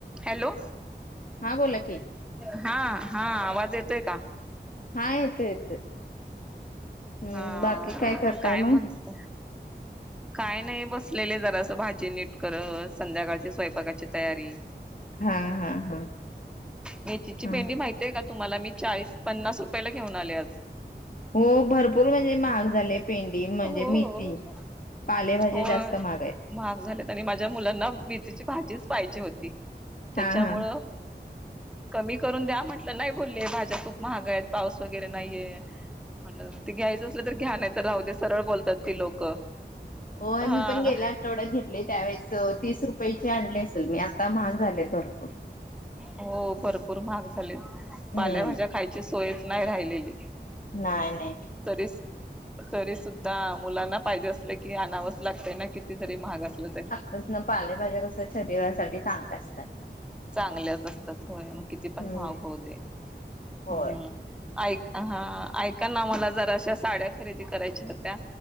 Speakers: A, in the centre; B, on the left.
A: Hello,
B: हा बोला की
A: हा-हा आवाज येतोय का?
B: हा येत-येत, हम्म,
A: हा
B: बाकी काय करताय
A: म्हणत
B: मग.
A: काय नाही, बसलेले जरा असं भाजी नीट करत, संध्याकाळची स्वयंपाकाची तयारी.
B: हा हा हा
A: मेथीची
B: हा
A: पेंडी माहिती तेका तुम्हाला, मी चाळीस, पन्नास रुपयाला घेऊन आले आज.
B: हो, भरपूर म्हणजे महाग झाले. पेंडी म्हणजे
A: हो
B: मेथी,
A: हो
B: पालेभाज्या
A: हो
B: जास्त महागाय आहेत.
A: महाग झालेत, आणि माझ्या मुलांना मेथीची भाजीच पाहिजेच होती, त्याच्यामुळ
B: हा हा
A: कमी करून द्या म्हंटलं, नाही बोलले भाजप खूप महाग आहेत, पाऊस वगैरे नाहीये, म्हण ते घ्यायचं असलं तर घ्या नाही तर राहू दे सरळ बोलतात. ती लोक,
B: होय
A: हा.
B: मी पण गेल्या आठवड्यात घेतली, त्यावेळेस तीस रुपयाेची आणली असेल मी, आता महाग झालेत भरपूर.
A: हो भरपूर महाग झाली, पाल्याभाज्या
B: हम्म
A: खायची सोयच नाही राहिलेली.
B: नाही-नाही
A: तरी, तरी सुद्धा मुलांना पाहिजे असलं की अनावच लागतय ना किती जरी महाग असलं तर.
B: तस ना पालेभाज्या कस शरीरासाठी चांगल्या असतात.
A: चांगल्याच असतात होय, मग किती पण
B: हम्म
A: मग होऊ दे,
B: होय
A: हम्म. ऐक, हा, ऐका ना मला जरा अशा साड्या खरेदी करायच्या होत्या,